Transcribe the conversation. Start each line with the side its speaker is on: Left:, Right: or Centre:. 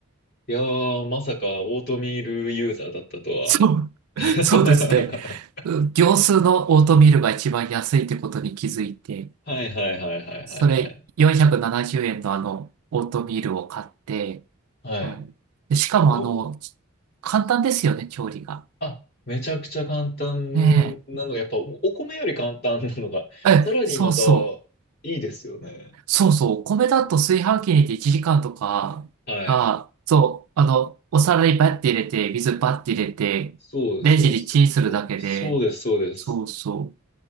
Left: いやー、まさかオートミールユーザーだったとは。
Right: そう、
Left: <laughs>
Right: そうですね。う業スーのオートミールが一番安いってことに気づいて、
Left: はいはいはいはいはいはい。
Right: それ470円のあの、オートミールを買って、
Left: は
Right: はい。でしかもあの、
Left: い。よ
Right: 簡単ですよね、調理が。
Left: あ、めちゃくちゃ簡単なのが、
Right: ね
Left: やっぱお、お米より簡単なのが、
Right: え。え、
Left: さらにまた
Right: そうそう。
Left: いいですよね。
Right: そうそう。お米だと炊飯器に入れて1時間とかが、
Left: はい。
Right: そう、あの、お皿にバッて入れて、水バッて入れて、
Left: そうそうそうそう。
Right: レンジでチンするだけで、
Left: そうです、そうです。
Right: そうそう。